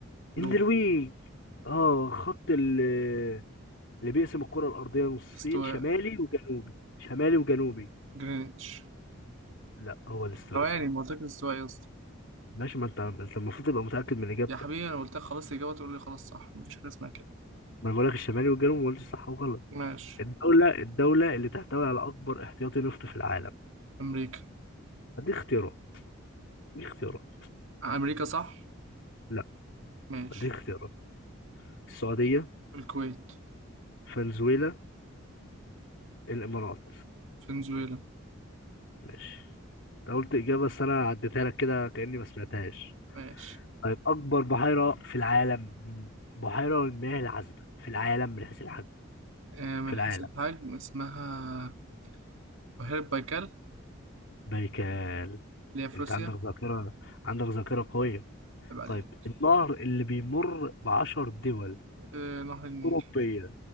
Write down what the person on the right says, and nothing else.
دورة
الاستواء
جرينتش
ثواني
ما قلتلك الاستواء يا اسطى
يا حبيبي انا قلت لك خلاص الإجابة تقول لي خلاص صح مفيش حاجة اسمها كده
ماشي
أمريكا
أمريكا صح
ماشي
الكويت
فنزويلا
ماشي
آه من
حيث الحجم اسمها بحيرة بايكال
اللي هي في
روسيا
عيب عليك
آه نهر النيل